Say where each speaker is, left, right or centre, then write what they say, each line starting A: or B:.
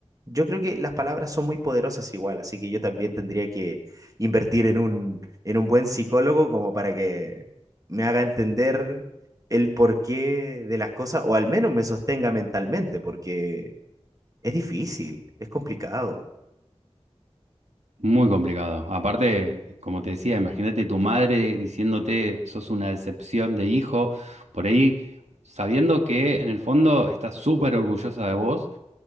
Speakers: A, on the right; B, on the right.
A: yo creo que las palabras son muy poderosas igual, así que yo también tendría que invertir en un, en un buen psicólogo como para que me haga entender el porqué de las cosas o al menos me sostenga mentalmente, porque es difícil, es complicado.
B: muy complicado. Aparte, como te decía, imagínate tu madre diciéndote sos una decepción de hijo, por ahí sabiendo que en el fondo estás súper orgullosa de vos,